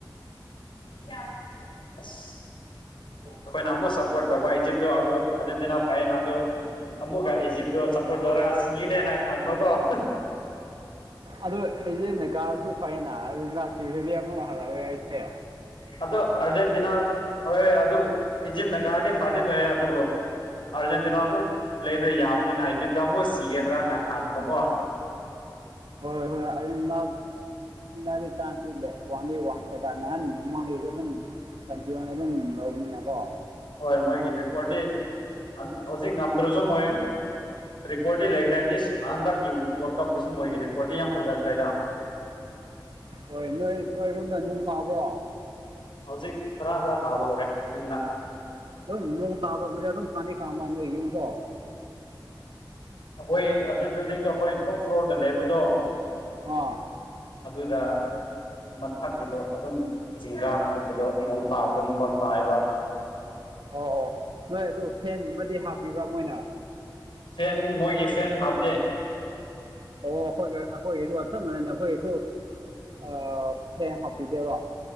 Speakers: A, on the left; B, on the right.
A: <inaudible>
B: ꯎꯝ
A: ꯅꯃ ꯁꯄꯣꯔꯠ ꯇꯧꯕ ꯏꯖꯤꯞꯇ ꯑꯗꯨ ꯑꯔꯖꯦꯟꯇꯤꯅꯥ ꯐꯩ ꯑꯗꯨ ꯑꯃꯨꯛꯀ ꯏꯖꯤꯞꯇꯣ ꯆꯞꯄꯣꯔꯠ ꯇꯧꯔ ꯁꯤꯅꯦꯅ ꯈꯟꯕꯀꯣ
B: ꯑꯗꯣ ꯏꯖꯤꯞꯅ ꯀꯥꯔꯁꯨ ꯐꯩꯌꯦꯅ ꯑꯃꯨꯛ ꯍꯜꯂꯛꯑꯣ ꯍꯥꯏꯗꯤ
A: ꯑꯗꯨ ꯑꯔꯖꯦꯟꯇꯤꯅꯥ ꯍꯣꯏ ꯑꯗꯨꯕꯨ ꯏꯖꯤꯞꯅ ꯀꯥꯔꯗꯤ ꯐꯥꯗꯤ ꯐꯩꯌꯦ ꯑꯗꯨꯕꯨ ꯑꯥꯔꯖꯦꯟꯇꯤꯅꯥꯁꯨ ꯄ꯭ꯂꯦꯗꯨ ꯌꯥꯕꯅꯤꯅ ꯏꯖꯤꯞꯗꯨ ꯑꯃꯨꯛ ꯁꯤꯒꯗ꯭ꯔꯅ ꯈꯟꯕꯀꯣ
B: ꯍꯣꯏ ꯍꯣꯏ ꯑꯩ ꯃ ꯑꯗꯨꯗꯤ ꯇꯥꯡꯁꯤꯦ ꯋꯥ ꯋꯥꯦ ꯇ ꯃꯃ <unintelligible> ꯀꯟꯇ꯭ꯔꯤ ꯑꯗꯨꯅ ꯗꯨꯝ ꯂꯧꯕꯅꯤꯀꯣ
A: ꯍꯣꯏ ꯃꯣꯏꯒꯤ ꯔꯤꯀꯣꯔꯠꯇꯤ ꯍꯧꯖꯤꯛ ꯉꯝꯗ꯭ꯔꯁꯨ ꯃꯣꯏ ꯔꯦꯀꯣꯔꯗꯤ ꯂꯩꯈ꯭ꯔꯦ ꯗꯤ ꯍꯟꯗꯛꯀꯤ ꯋꯥꯔꯜ ꯀꯞꯇꯁꯨ ꯃꯣꯏꯒꯤ ꯔꯦꯀꯣꯔꯗꯤ ꯌꯥꯝ ꯐꯖꯈ꯭ꯔꯦ ꯍꯥꯏꯗ
B: ꯍꯣꯏ ꯅꯣꯏ ꯅꯣꯏꯔꯣꯝꯗ ꯅꯣꯡ ꯇꯕ꯭ꯔꯣ
A: ꯍꯧꯖꯤꯛ ꯈꯔ ꯈꯔ ꯇꯥꯕ ꯍꯧꯔꯦ ꯍꯧꯖꯤꯛꯅ
B: ꯑꯗꯨꯝ ꯅꯣꯡ ꯇꯥꯕ ꯑꯗꯨꯝ ꯐꯥꯅꯤ ꯈꯥꯡꯉꯕ ꯅꯣꯏ ꯌꯨꯝꯗꯣ
A: ꯑꯩꯈꯣꯏ ꯑꯁꯤ ꯕꯤꯜꯗꯤꯡꯗꯣ ꯑꯩꯈꯣꯏ ꯇꯣꯞ ꯐ꯭ꯂꯣꯔꯗ ꯂꯩꯕꯗꯣ
B: ꯑꯥ
A: ꯑꯗꯨꯗ ꯃꯊꯥꯛꯒꯤꯗꯣ ꯑꯗꯨꯝ ꯖꯤꯒꯥꯅ ꯀꯨꯞꯄ ꯅꯣꯡ ꯇꯥꯕꯗꯣ ꯃꯈꯣꯟ ꯇꯥꯏꯑꯕ
B: ꯑꯣ ꯑꯣ ꯅꯣꯏ ꯑꯗꯨ ꯐꯦꯟꯒꯨꯝꯃꯗꯤ ꯍꯥꯞꯄꯤꯕ꯭ꯔꯥ ꯃꯣꯏꯅ
A: ꯐ‌‌ꯦꯟ ꯃꯣꯏꯒꯤ ꯐ‌ꯦꯟ ꯍꯥꯞꯇꯦ
B: ꯑꯣ ꯑꯩꯈꯣꯏ ꯑꯩꯈꯣꯏꯒꯤꯗꯨꯒ ꯆꯥꯞ ꯃꯅ‌ꯌ‌‌ꯦ ꯑꯈꯣꯏꯒꯤꯁꯨ ꯑ ꯐꯦꯟ ꯍꯥꯞꯄꯤꯗꯦꯕ